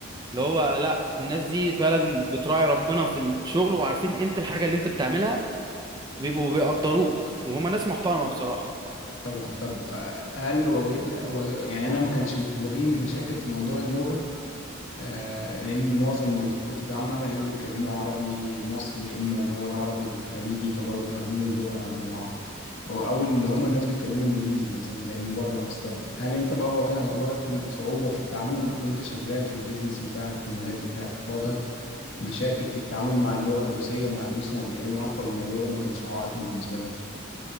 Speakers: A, on the right; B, on the left.
A: اللي هو لا الناس دي فعلا بتراعي ربنا في الشغل وعارفين قيمة الحاجة اللي انت بتعملها وبيبقوا بيقدروك وهما ناس محترمة بصراحة
B: طبعا طب آه، هل واجهت واجه- يعني أنا ما كانش بتواجهني مشاكل في موضوع اللغة آه، لان معظم اللي بت- كنت بتعامل معاهم يا اما بيتكلموا عربي مصري يا اما اللي هو العربي الخليجي فبرضه فاهمين اللغه مع بعض أو أو اللي هم الناس بيتكلموا انجليزي مثلا زي من بره مصر طب هل انت بقى واجه- واجهك صعوبه في التعامل وانت شغال في البيزنس بتاعك في المجال بتاعك واجهك مشاكل في التعامل مع اللغه الروسيه مع الروس وما بيتكلموا معاك ولا الموضوع ده ما كانش عائق بالنسبه لك